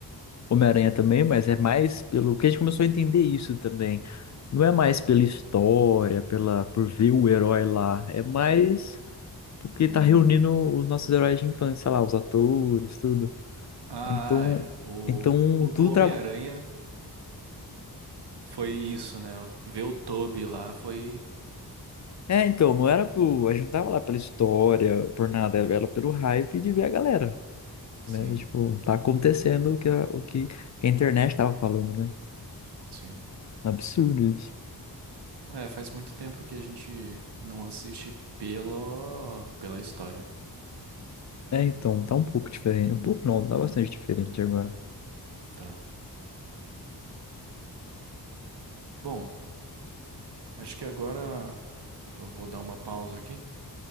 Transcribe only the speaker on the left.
Homem-Aranha também, mas é mais pelo. que a gente começou a entender isso também. Não é mais pela história, pela por ver o herói lá. É mais porque tá reunindo os nossos heróis de infância lá, os atores, tudo.
Então,
então
tudo
tra...
É, então, não era pro. A gente não tava lá pela história, por nada, era pelo hype de ver a galera.
né? Tipo, tá acontecendo o que a, o que a internet tava falando, né?
Absurdo isso.
É, então, tá um pouco diferente. Um pouco não, tá bastante diferente agora.